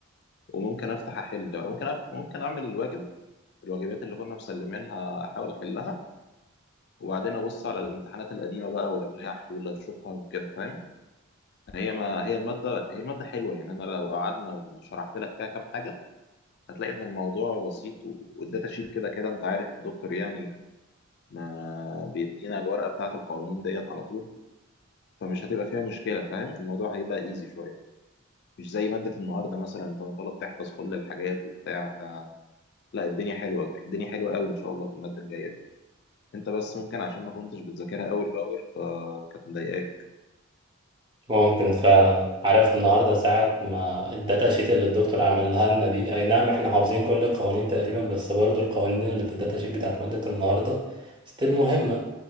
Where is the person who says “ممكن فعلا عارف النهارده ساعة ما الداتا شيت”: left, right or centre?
Right